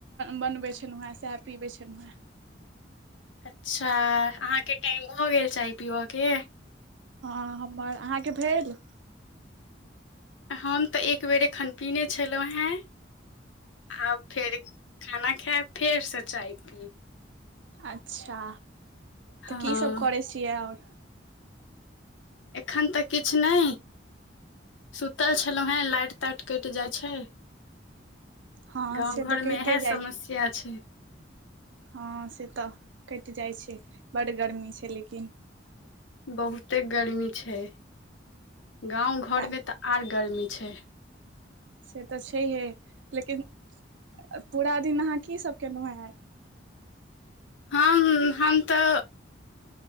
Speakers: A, on the right; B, on the left.
A: बनबैत छलहुँ हेँ सएह पीबैत छलहुँ हेँ
B: अच्छा अहाँ के टाइम भ गेल चाय पिबा के?
A: हां हम्मर, अहाँ के भेल?
B: हम तै एकबेर एखन पीने छलो हेँ। आब फेर खाना खैब फेर सऽ चाय पी
A: अच्छा त
B: हँ
A: की सब करै छियै और?
B: एखन तऽकिछ नै। सुतल छलो हें, लाइट-ताइट कैट जाए छै।
A: हँ
B: गाँव-घर
A: से तऽ
B: मे
A: कहिते
B: एहे समस्या छै।
A: हां से तऽ कैट जाइ छै, बड गर्मी छै लेकिन।
B: बहुते गर्मी छै, गाँव-घर
A: तऽ
B: में त आर गर्मी छै।
A: से त छैहे लेकिन अ-अ पूरा दिन अहाँ की सब केनो यै आइ?
B: हँ हम तै